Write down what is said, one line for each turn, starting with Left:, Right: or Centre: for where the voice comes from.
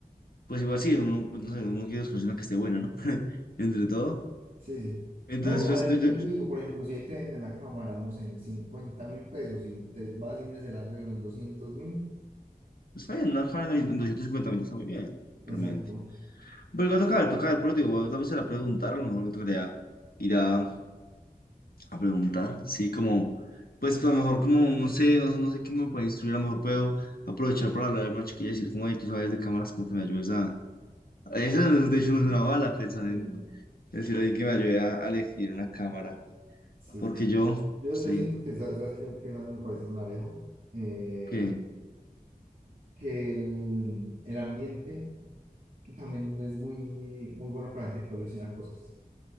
Left: pues igual sí, uno, pues no sé, uno quiere buscar una que esté buena, ¿no? <laughs> Entre todo.
Right: Sí, sí.
Left: Entonces,
Right: No,
Left: pues,
Right: a ver, yo,
Left: yo-
Right: yo
Left: yo-
Right: digo, por ejemplo, si ahí te venden la cámara, no sé, en cincuenta mil pesos y te vas y miras el arreglo en doscientos mil,
Left: está bien, una fan de 250 mil está muy bien,
Right: exacto.
Left: realmente. Pero igual toca ver, toca ver, pero digo, tal vez se la preguntaron, a lo mejor me tocaría ir a a preguntar, sí, como, pues a lo mejor como, no sé, no sé, no sé quién me puede instruir, a lo mejor puedo aprovechar para hablar a alguna chiquilla y decir, como, hey, tú sabes de cámaras, como que me ayudes a... Esa no es- de hecho no es una bala, pensar
Right: Sí,
Left: en
Right: sí.
Left: decirle a alguien que me ayude a a elegir una cámara,
Right: sí,
Left: porque
Right: sí.
Left: yo,
Right: Yo,
Left: sí,
Right: yo siento que, sa- ¿sabes qué? Que me parece un alejo? Eh,
Left: que...
Right: que el, el ambiente también es muy, muy bueno para la gente que colecciona cosas.